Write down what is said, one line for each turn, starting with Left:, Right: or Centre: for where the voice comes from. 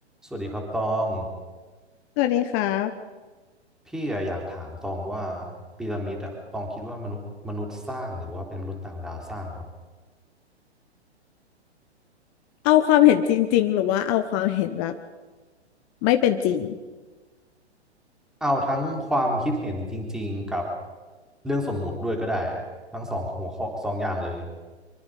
Centre: สวัสดีครับตอง
Left: สวัสดีครับ
Centre: พี่อะอยากถามตองว่าพีระมิดอะตองคิดว่ามนุษย์มนุษย์สร้างหรือว่าเป็นมนุษย์ต่างดาวสร้างครับ
Left: เอาความเห็นจริงๆหรือว่าเอาความเห็นแบบไม่เป็นจริง
Centre: เอาทั้งความคิดเห็นจริงๆกับเรื่องสมมุติด้วยก็ได้ทั้งสองหัวข้อสองอย่างเลย